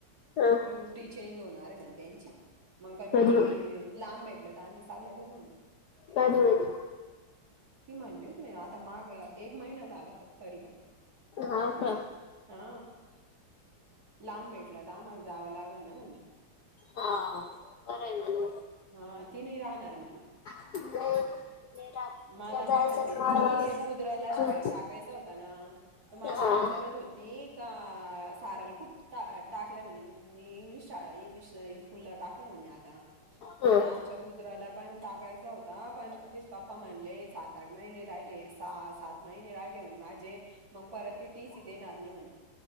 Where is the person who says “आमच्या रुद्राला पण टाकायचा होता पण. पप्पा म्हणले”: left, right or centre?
Right